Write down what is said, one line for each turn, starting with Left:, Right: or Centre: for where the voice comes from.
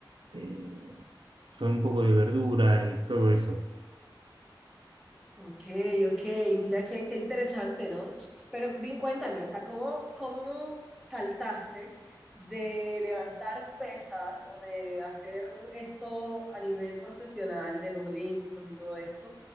Right: eh, con un poco de verdura y todo eso.
Centre: Ok, ok, mira qué, qué interesante, ¿no? Pero bien, cuéntame, o sea, ¿cómo, cómo saltaste de levantar pesas o de hacer esto a nivel profesional de los Olímpicos y todo esto